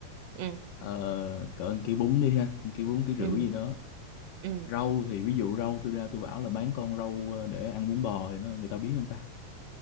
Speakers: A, on the right; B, on the left.
A: ừ
B: ờ, cỡ một ký bún đi ha một ký bún ký rưỡi
A: ừ
B: gì đó
A: ừ
B: rau thì ví dụ rau tôi ra tôi bảo là bán con rau ờ, để ăn bún bò thì nó người ta biết không ta